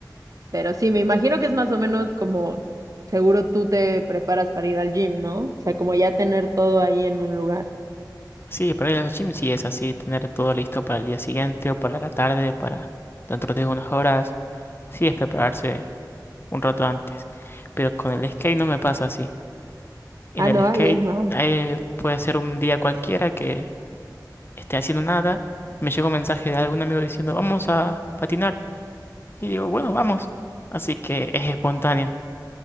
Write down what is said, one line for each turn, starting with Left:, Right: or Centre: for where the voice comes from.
Right: Pero sí, me imagino que es más o menos como seguro tú te preparas para ir al gym, ¿no? O sea, como ya tener todo ahí en un lugar.
Left: Sí, para ir al gym sí es así, tener todo listo para el día siguiente o para la tarde, para dentro de unas horas. Sí, es prepararse un rato antes. Pero con el skate no me pasa así. En
Right: Ah,
Left: el
Right: no,
Left: skate
Right: ahí es más.
Left: eh, puede ser un día cualquiera que esté haciendo nada y me llega un mensaje de algún amigo diciendo, vamos a patinar. Y digo, bueno, vamos. Así que es espontánea,